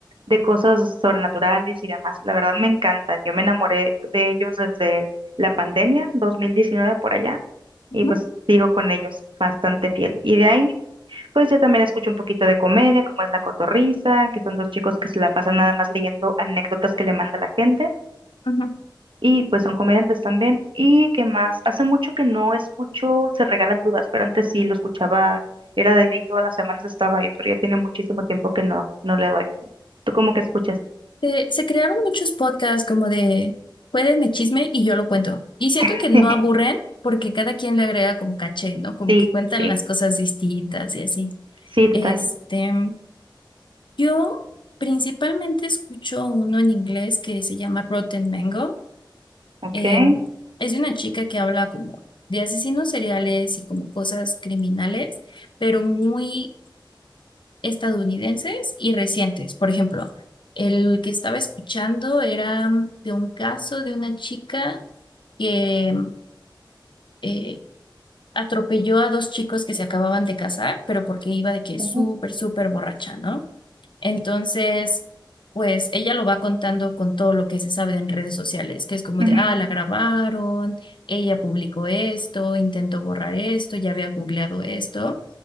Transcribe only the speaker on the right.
de cosas sobrenaturales y demás. La verdad me encantan. Yo me enamoré de ellos desde la pandemia, 2019 por allá
y pues sigo con ellos bastante fiel. Y de ahí, pues yo también escucho un poquito de comedia, como es La Cotorrisa, que son dos chicos que se la pasan nada más leyendo anécdotas que le manda la gente
y pues son comediantes también. ¿Y qué más? Hace mucho que no escucho Se Regalan Dudas, pero antes sí lo escuchaba, era de ley, todas las semanas estaba ahí, pero ya tiene muchísimo tiempo que no, no le doy. ¿Tú cómo que escuchas?
<laughs>
Sí,
sí,
sí, total.
Ok.
Ok.
Ujú,